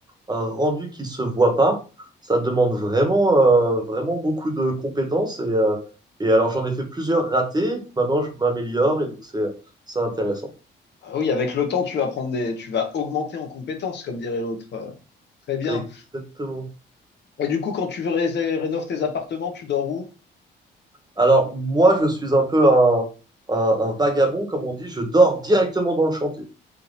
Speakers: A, on the right; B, on the left.
A: un, un rendu qui se voit pas, ça demande vraiment, euh, vraiment beaucoup de compétences. Et, euh, et alors j'en ai fait plusieurs ratés. Et puis maintenant, je m'améliore et donc c'est, c'est intéressant.
B: Ah oui, avec le temps, tu vas prendre des, tu vas augmenter en compétences, comme dirait l'autre. Euh, Très bien.
A: Exactement.
B: Et du coup, quand tu veux ré- rénover tes appartements, tu dors où?
A: Alors, moi, je suis un peu un, un- un vagabond, comme on dit. Je dors directement dans le chantier.